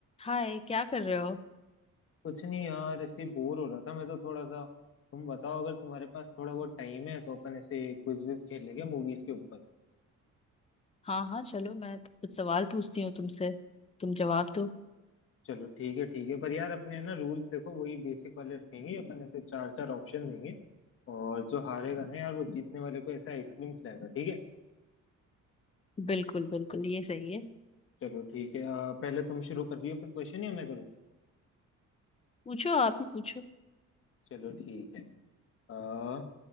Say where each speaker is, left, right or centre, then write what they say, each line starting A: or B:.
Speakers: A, on the left; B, on the left.
A: हाय क्या कर रहे हो
B: कुछ नहीं यार ऐसे बोर हो रहा था मैं तो थोड़ा सा तुम बताओ अगर तुम्हारे पास थोड़ा बहुत टाइम है तो अपन ऐसे क्विज विज खेल लेंगे मूवीज के ऊपर
A: हाँ हाँ चलो मैं कुछ सवाल पूछती हूँ तुमसे तुम जवाब दो
B: चलो ठीक है ठीक है पर यार अपने है ना रूल्स देखो वही बेसिक वाले रखेंगे अपन ऐसे चार चार ऑप्शन देंगे और जो हारेगा ना यार वो जीतने वाले को ऐसा आइसक्रीम खिलाएगा ठीक है
A: बिल्कुल बिल्कुल ये सही है
B: चलो ठीक है अ, पहले तुम शुरू कर रही हो फिर क्वेश्चन या मैं करूँ
A: पूछो आप ही पूछो
B: चलो ठीक है आ,